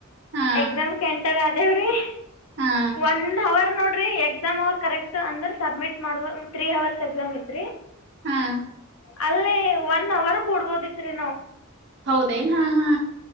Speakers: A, on the right; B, on the left.
A: ಹಾ
B: ಎಕ್ಸಾಮ್ ಸೆಂಟರ್ ಆ ದೇವ್ರೆ
A: ಹಾ
B: ಒಂದ್ ಅವರ್ ನೋಡಿ ಡ್ರಿ ಎಕ್ಸಾಮ್ ಅವ್ರು ಕರೆಕ್ಟ್ ಅಂದ್ರೆ ಸಬ್ಮಿಟ್ ಮಾಡುವ ತ್ರೀ ಅವರ್ಸ್ ಎಕ್ಸಾಮ್ ಇತ್ರೀ.
A: ಹಾ
B: ಅಲ್ಲಿ ಒನ್ ಅವರ್ ಕೊಡ್ಬೋದಿತ್ರಿ ನಾವ್
A: ಹೌದೇನ್ ಹಾ ಹಾ